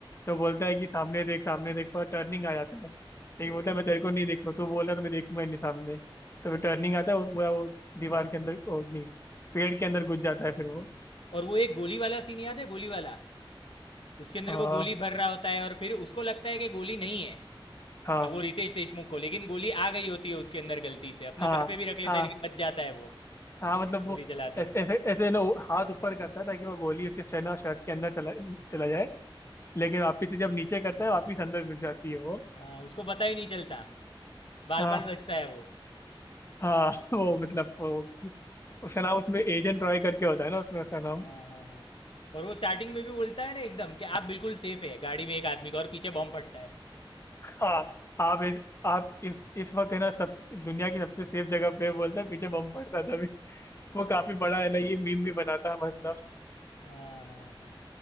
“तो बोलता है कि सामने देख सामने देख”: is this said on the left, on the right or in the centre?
Left